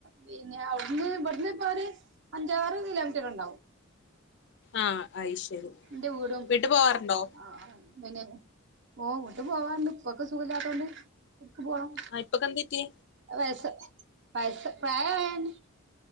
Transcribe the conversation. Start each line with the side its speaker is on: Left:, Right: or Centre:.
Right: പിന്നവിടന്ന് ഇവിടന്ന്പ്പൊര് അഞ്ചാറ് കിലോമീറ്റർണ്ടാവും
Left: ആഹ് അയ്ശരി
Right: ന്റെ വീടും
Left: വീട്ട് പോവാറുണ്ടോ
Right: ആഹ് പിന്നെ ഓ വീട്ട് പോവാണ്ട് ഇപ്പക്ക് സുഖമില്ലാത്തൊണ്ട് ക്ക് പോണം
Left: ആഹ് ഇപ്പക്ക് എന്തുപറ്റി?
Right: വയസ്സ് വയസ്സ് <unintelligible>